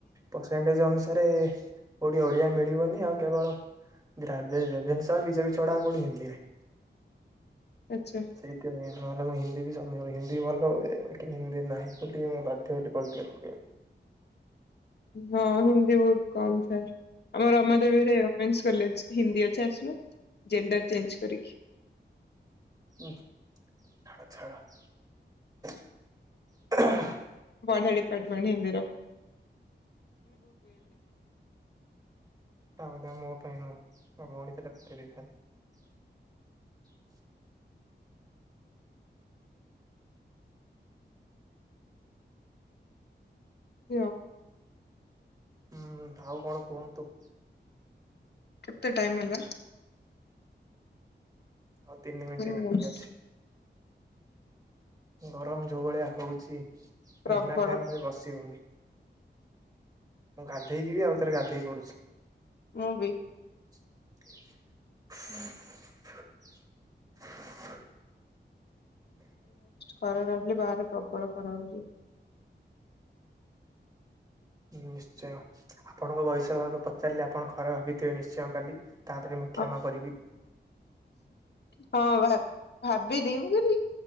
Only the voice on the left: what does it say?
ଆଚ୍ଛା।
ହଁ ହିନ୍ଦୀ ବହୁତ କମ ଥାଏ ଆମ ରମାଦେବୀରେମେନ୍ସ କଲେଜ ହିନ୍ଦୀ ଅଛି ଆସିଲ ଜେଣ୍ଡର ଚେଞ୍ଜ କରିକି।
ବଆଡପଟମେଣ୍ଟ ହେିନ୍ଦର।
<inaudible>
ଏତେ ଟାଇମଲା
ମିନିଟ୍ସ
ପ୍ରବଳ
ମୁଁ ବି।
ଖରେ ରହିଲି ବାହାରେ ପ୍ରବଳ ଖରା ହଉଛି।
ଓ
ହଁ ଭାବ ଭାବିଦି ମୁ ବୋଲିଲି